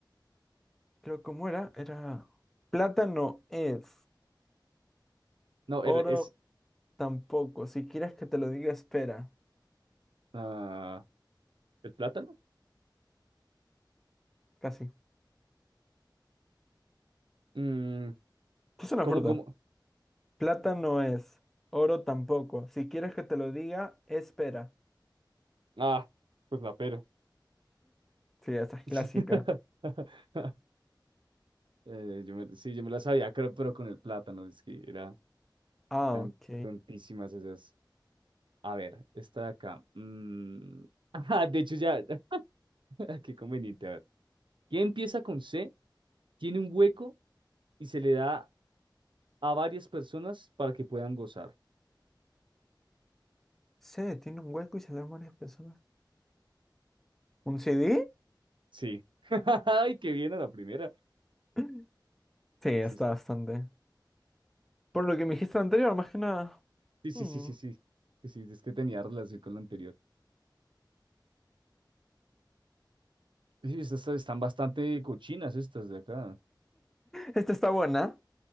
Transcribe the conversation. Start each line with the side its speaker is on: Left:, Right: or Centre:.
Centre: Creo cómo era, era plata no es,
Right: No,
Centre: oro
Right: era, es
Centre: tampoco. Si quieres que te lo diga, espera.
Right: ah, el plátano.
Centre: Casi.
Right: Mm,
Centre: es una
Right: ¿cómo,
Centre: fruta?
Right: cómo?
Centre: Plata no es, oro tampoco. Si quieres que te lo diga, espera.
Right: Ah, pues la pera.
Centre: Sí, esa es clásica.
Right: <laughs> Eh, yo me- sí, yo me la sabía, creo, pero con el plátano, es que era,
Centre: Ah,
Right: eran
Centre: ok.
Right: tontísimas esas. A ver, esta de acá. mm, <laughs> ajá, de hecho, ya, <laughs> qué conveniente. A ver, ¿quién empieza con C? Tiene un hueco y se le da a varias personas para que puedan gozar.
Centre: Sí, tiene un hueco y se le dan varias personas. ¿Un CD?
Right: Sí. <laughs> Ay, qué bien a la primera.
Centre: <clears throat> Sí, está
Right: Sí,
Centre: bastante. Por lo que me dijiste anterior, más que nada.
Right: sí, sí,
Centre: Mm.
Right: sí, sí. Sí, sí, sí, es que tenía relación con la anterior. Sí, estas están bastante cochinas estas de acá.
Centre: Esta está buena.